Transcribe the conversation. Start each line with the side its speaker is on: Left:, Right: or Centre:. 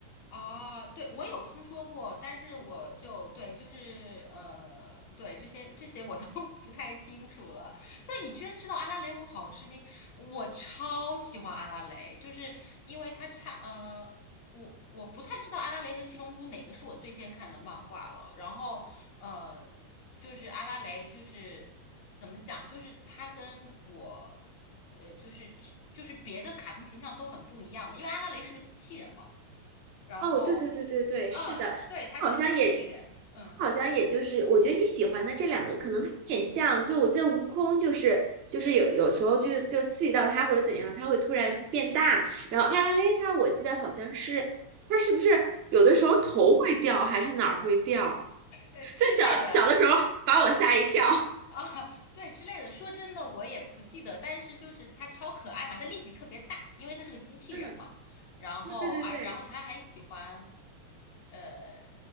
Left: 哦，对，我有听说过，但是我就对，就是呃，对这些这些我都 <laughs> 不太清楚了。对，你居然知道阿拉蕾，我好吃惊！我超喜欢阿拉蕾，就是因为它差呃，我我不太知道阿拉蕾和七龙珠哪个是我最先看的漫画了。然后呃，就是阿拉蕾，就是怎么讲，就是它跟我呃，就是就是别的卡通形象都很不一样嘛，因为阿拉蕾是个机器人嘛。然后，
Right: 哦，对对对对对，
Left: 嗯，
Right: 是的，
Left: 对，他是个机器人，
Right: 好像也，
Left: 嗯，
Right: 好像也就是，我觉得你喜欢的这两个可能有点像，就我记得悟空就是就是有有时候就就刺激到他或者怎样，他会突然变大，然后艾拉蕾她我记得好像是她是不是有的时候头会掉还是哪儿会掉，
Left: 呃之类的
Right: 就小小的时候把我吓一跳。
Left: 啊，对之类的。说真的，我也不记得，但是就是他超可爱嘛，他力气特别大，因为他是个机器人嘛。
Right: 嗯，
Left: 然后，
Right: 哦，对对对，
Left: 而然后他还喜欢，呃，